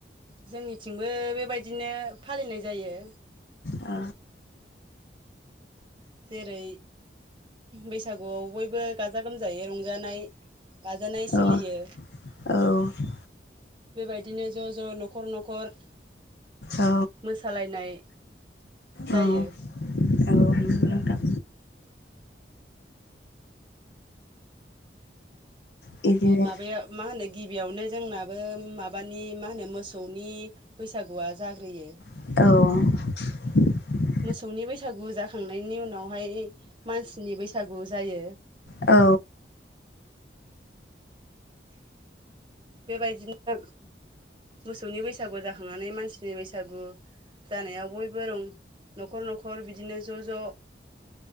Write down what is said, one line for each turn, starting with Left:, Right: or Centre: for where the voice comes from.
Right: जोंनिथिंबो बेबायदिनो फालिनाय जायो
Left: आ
Right: जेरै बैसागुआव बयबो गाजा गोमजायै रंजानाय गाजानाय सोलियो।
Left: औ औ।
Right: बेबायदिनो ज' ज' न'खर न'खर
Left: औ
Right: मोसालायनाय जायो।
Left: औ नंगौ नोंथां। बिदिनो
Right: माबायाव मा होनो गिबियावनो जोंनाबो माबानि मा होनो मोसौनि बैसागुआ जाग्रोयो।
Left: औ।
Right: मोसौनि बैसागु जाखांनायनि उनावहाय मानसिनि बैसागु जायो।
Left: औ।
Right: बेबायदिनो मोसौनि बैसागु जाखांनानै मानसिनि बैसागु जानायाव बयबो रं न'खर न'खर बिदिनो ज' ज'